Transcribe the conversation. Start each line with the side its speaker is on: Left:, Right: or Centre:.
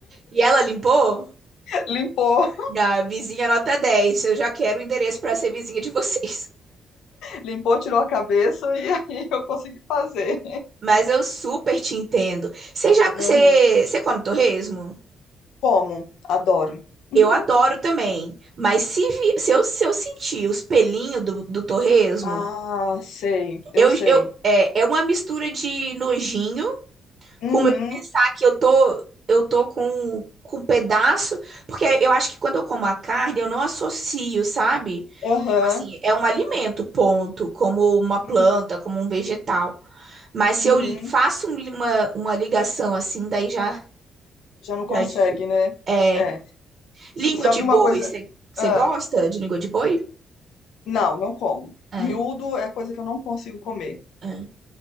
Right: E ela limpou?
Left: <laughs> Limpou,
Right: Na vizinha nota 10. Eu já quero o endereço para ser vizinha de vocês.
Left: limpou, tirou a cabeça e <laughs> aí eu consegui fazer.
Right: Mas eu super te entendo. Você já, você,
Left: Aham.
Right: você come torresmo?
Left: Como? Adoro. <laughs>
Right: Eu adoro também. Mas se, vi- se, eu, se eu sentir os pelinhos do, do torresmo,
Left: Ah, sei, eu
Right: eu,
Left: sei.
Right: eu, é, é uma mistura de nojinho
Left: Uhum,
Right: com o meu que eu tô, eu tô com, com um pedaço. Porque eu acho que quando eu como a carne, eu não associo, sabe?
Left: aham,
Right: Tipo assim, é um alimento, ponto. Como uma planta,
Left: uhum,
Right: como um vegetal. Mas se
Left: uhum.
Right: eu li- faço um li- uma, uma ligação assim, daí já.
Left: Já não consegue,
Right: Já dific-
Left: né?
Right: É,
Left: É.
Right: língua
Left: S- sabe
Right: de boi,
Left: uma coisa?
Right: você
Left: Ah,
Right: gosta de língua de boi?
Left: não, não como.
Right: É,
Left: Miúdo é coisa que eu não consigo comer.
Right: é.